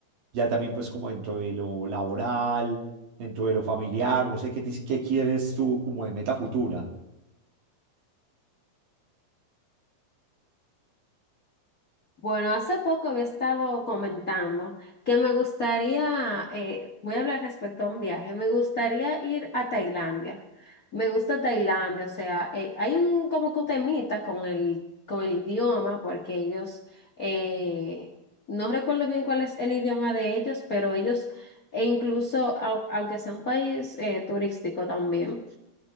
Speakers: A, on the right; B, on the left.
A: ya también pues como dentro de lo laboral, dentro de lo familiar, no sé qué, tis- qué quieres tú como de meta futura.
B: Bueno, hace poco había estado comentando que me gustaría, eh, voy a hablar respecto a un viaje, me gustaría ir a Tailandia. Me gusta Tailandia, o sea, eh, hay un como que un temita con el, con el idioma, porque ellos, eh, no recuerdo bien cuál es el idioma de ellos, pero ellos, e incluso, au- aunque sea un país eh, turístico también.